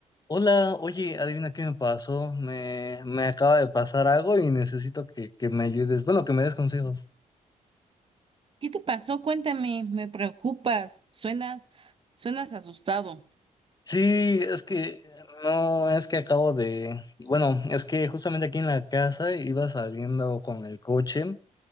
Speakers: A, on the left; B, on the right.
A: Hola, oye, adivina qué me pasó. Me, me acaba de pasar algo y necesito que, que me ayudes. Bueno, que me des consejos.
B: ¿Qué te pasó? Cuéntame, me preocupas, suenas, suenas asustado.
A: Sí, es que no, es que acabo de. Bueno, es que justamente aquí en la casa iba saliendo con el coche